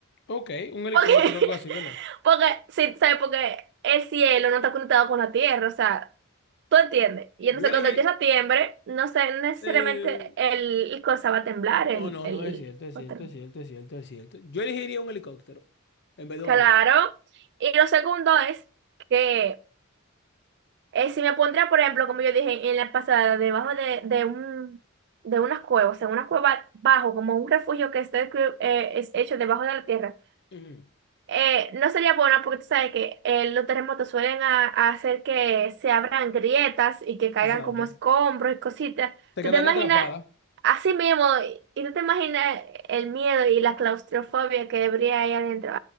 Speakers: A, on the left; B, on the right.
A: ok, un helicóptero
B: Porque, <laughs>
A: o algo así, ¿verdad?
B: porque, sí, ¿sabes? Porque el cielo no está conectado con la tierra, o sea, tú entiendes. Y entonces
A: Yo
B: cuando
A: elegí.
B: la tierra tiembre, no sé, no necesariamente
A: eh,
B: el, el cosa va a temblar, el,
A: No, no,
B: el
A: no, es cierto, es
B: otro.
A: cierto, es cierto, es cierto, es cierto. Yo elegiría un helicóptero en vez de
B: Claro.
A: un avión.
B: Y lo segundo es que eh, si me pondría, por ejemplo, como yo dije en la pasada, debajo de, de un de unas cuevas, o sea, una cueva bajo, como un refugio que está, eh, es hecho debajo de la tierra.
A: Ujú.
B: eh, no sería buena porque tú sabes que eh, los terremotos suelen a- a hacer que se abran grietas y que caigan
A: Exacto.
B: como escombros y cositas.
A: Te
B: Tú
A: quedaría
B: te imaginas
A: atrapada.
B: así mismo y y tú te imaginas el miedo y la claustrofobia que habría ahí adentro.